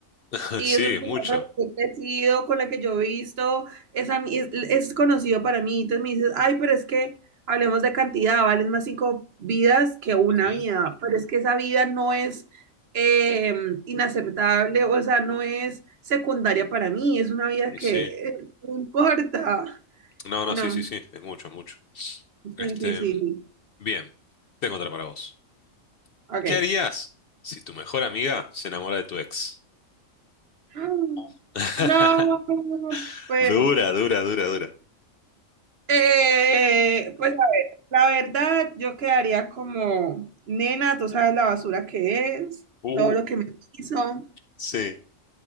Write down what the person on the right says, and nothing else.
Y
es una persona
con la que he crecido, con la que yo he visto, es, a mí- es, es conocido para mí. Entonces me dices, ay, pero es que hablemos de cantidad, valen más cinco vidas que una
vida. Pero es que esa vida no es eh, inaceptable, o sea, no es secundaria para mí, es una vida
que
eh, no importa.
No,
sí,
sí, sí, sí.
Ok.
<gasps>
No, pues,
eh, pues La verdad, yo quedaría como, nena, tú sabes la basura que es,
todo lo que me hizo.